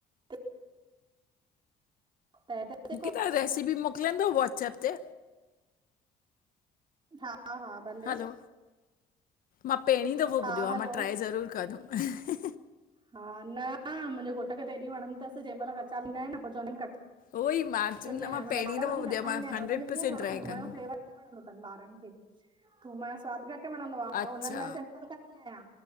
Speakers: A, on the right; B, on the left.
A: त तै ते सेको <unintelligible>
B: तहां, रेसिपी मोकिलीदव व्हॉट्सअप ते?
A: हा हा। भले
B: हलो, मां पहिरीं दफ़ो
A: हा
B: ॿुधियो आ
A: हलो
B: मां ट्राए ज़रूरु कंदुमि।
A: हा न मुंहिंजे घोट खे त हेॾी वणंद अथसि जंहिं महिल हर साल ईंदा आहिन न पोइ चवंदानि कच
B: उहो ई मां चयमि
A: चईंदी
B: न
A: हाणे
B: मां
A: मुंहिंजा
B: पहिरीं
A: ॿार
B: दफ़ो
A: वरी
B: ॿुधो
A: न खाईंदा
B: आ, मां
A: आहिन
B: हंड्रेड
A: हुनखे
B: परसेंट
A: कीअं थोरो
B: ट्राए
A: थूम
B: कंदमि।
A: जो फ़्लेवर घटि वणंदो अथनि ॿारनि खे, थूम जो सवादु घटि वणंदो आ त
B: अच्छा।
A: हुनन्हनि लाइ सिंपल कंदी आहियां।